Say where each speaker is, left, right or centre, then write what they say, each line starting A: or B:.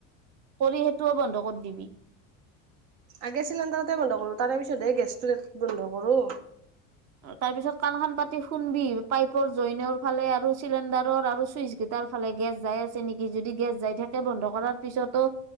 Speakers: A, on the right; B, on the right.
A: কৰি সেইটোও বন্ধ কৰ দিবি।
B: আগে চিলিণ্ডাৰতে বন্ধ কৰো তাৰে পিছত হে গেছটো বন্ধ কৰো।
A: তাৰ পিছত কাণ খান পাতি শুনবি পাইপৰ জইনৰ ফালে আৰু চিলিণ্ডাৰৰ আৰু চুইচ গেইটাৰ ফালে গেছ যায় যাই আছে নেকি যদি গেছ যাই থাকে বন্ধ কৰাৰ পিছতো